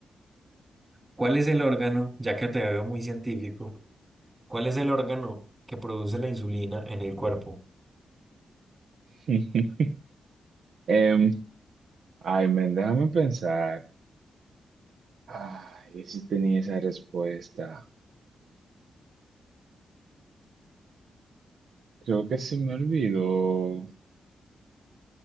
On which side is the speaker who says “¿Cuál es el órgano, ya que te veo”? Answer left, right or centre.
Right